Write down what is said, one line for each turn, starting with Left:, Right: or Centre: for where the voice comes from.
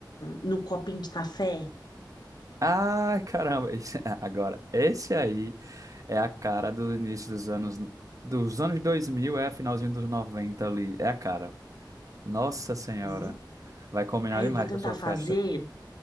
Left: no copinho de café.
Right: Ai, caramba. esse- <laughs> Agora, esse aí é a cara do início dos anos. Dos anos 2000, é finalzinho dos 90 ali. É a cara. Nossa
Left: Uhum.
Right: Senhora, vai combinar
Left: Aí
Right: demais
Left: eu vou tentar
Right: com a sua
Left: fazer
Right: festa.